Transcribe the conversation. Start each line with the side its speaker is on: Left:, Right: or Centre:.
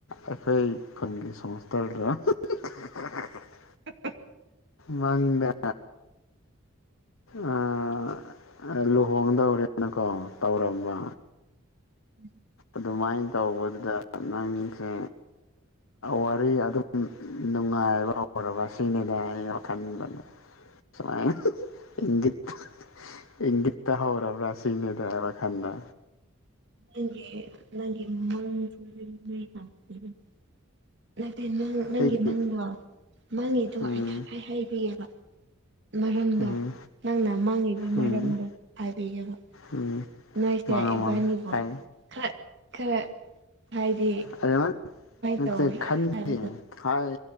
Left: ꯑꯩꯈꯣꯏ ꯈꯨꯟꯒꯤ <unintelligible>
Right: ꯍꯥ ꯍꯥ꯫ <inaudible>
Left: ꯃꯪꯗ ꯑꯥꯥ ꯂꯨꯍꯣꯡꯗꯧꯔꯦꯅꯀꯣ ꯇꯧꯔꯝꯕ꯫
Right: ꯎꯝ꯫ <inaudible>
Left: ꯑꯗꯨꯃꯥꯏ ꯇꯧꯕꯗꯨꯗ ꯅꯪꯁꯦ꯫ ꯋꯥꯔꯤ ꯑꯗꯨꯝ ꯅꯨꯡꯉꯥꯏꯕ ꯍꯧꯔꯕꯁꯤꯅꯤꯗ ꯑꯩ ꯋꯥꯈꯜꯗ ꯁꯨꯃꯥꯏ ꯏꯪꯒꯤꯠꯇ ꯏꯪꯒꯤꯠꯇ ꯍꯧꯔꯕ ꯁꯤꯅꯤꯗ ꯑꯩ ꯋꯥꯈꯜꯗ꯫
Right: ꯅꯪꯒꯤ ꯅꯪꯒꯤ ꯃꯪꯆꯨꯕꯤ꯫ <unintelligible> ꯅꯠꯇꯦ ꯅꯪ
Left: ꯑꯩꯒꯤ
Right: ꯅꯪꯒꯤ ꯃꯪꯗꯣ ꯅꯪꯒꯤꯗꯣ
Left: ꯎꯝ
Right: ꯑꯩꯅ ꯉꯁꯥꯢ ꯍꯥꯏꯕꯤꯌꯦꯕ ꯃꯔꯝꯗꯣ
Left: ꯎꯝ
Right: ꯅꯪꯅ ꯃꯪꯉꯤꯕ
Left: ꯎꯝ
Right: ꯃꯔꯝꯗꯣ ꯍꯥꯏꯕꯤꯒꯦꯕ꯫
Left: ꯎꯝ
Right: ꯅꯣꯏꯁꯦ
Left: ꯃꯉꯥ
Right: ꯏꯕꯥꯅꯤꯕꯨ
Left: ꯃꯉꯥ ꯍꯥꯏ
Right: ꯈꯔ ꯈꯔ ꯍꯥꯏꯗꯤ
Left: ꯑꯗꯨꯃꯥꯏꯅ ꯅꯠꯇꯦ
Right: ꯇꯧꯕ꯭ꯔꯥ
Left: ꯈꯟꯗꯦ
Right: ꯍꯥꯏꯕꯗꯣ
Left: ꯍꯥꯏ